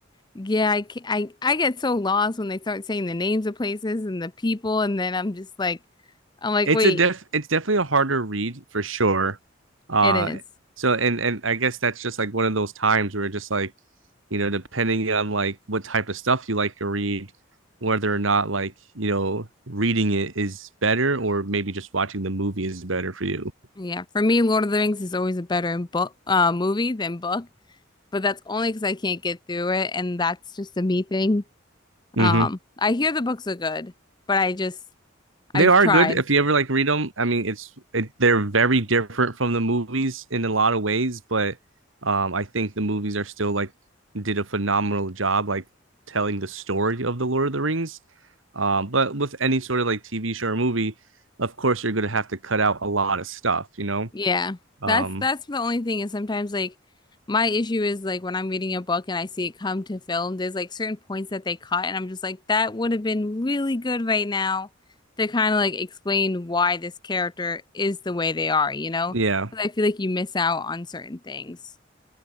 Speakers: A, on the left (about 20°); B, on the right (about 75°).
A: yeah, I ca- I I get so lost when they start saying the names of places and the people, and then I'm just like, I'm like,
B: It's
A: wait,
B: a def, it's definitely a harder read for sure. Uh,
A: it is.
B: so and and I guess that's just like one of those times where just like, you know, depending on like what type of stuff you like to read, whether or not like you know reading it is better or maybe just watching the movie is better for you.
A: Yeah, for me, Lord of the Rings is always a better book uh, movie than book, but that's only because I can't get through it, and that's just a me thing.
B: Mm-hmm.
A: Um, I hear the books are good, but I just
B: They
A: I've
B: are
A: tried.
B: good. If you ever like read them, I mean, it's it, they're very different from the movies in a lot of ways, but um, I think the movies are still like did a phenomenal job like telling the story of the Lord of the Rings. Um, but with any sort of like TV show or movie, of course, you're going to have to cut out a lot of stuff, you know?
A: Yeah.
B: Um,
A: That's that's the only thing is sometimes like my issue is like when I'm reading a book and I see it come to film, there's like certain points that they cut and I'm just like, that would have been really good right now to kind of like explain why this character is the way they are, you know?
B: yeah.
A: Because I feel like you miss out on certain things.